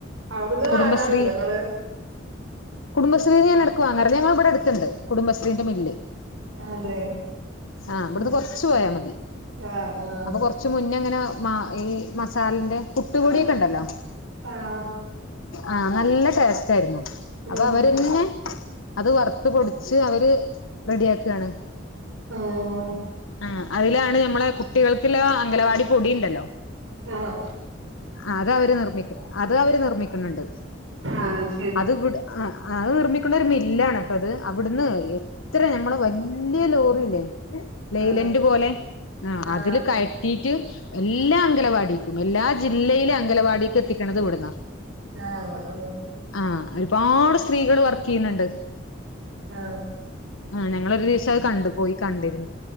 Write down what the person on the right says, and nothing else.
അവിടുന്ന്
വാങ്ങാറുണ്ടോ ഇങ്ങള്?
അതെ
ഉം
ആഹ് ആഹ്
ആഹ്.
ഉം
ആഹ്
ആഹ്
ആഹ് ശരി
ആഹ്
ആഹ്
ആ ആ
ആ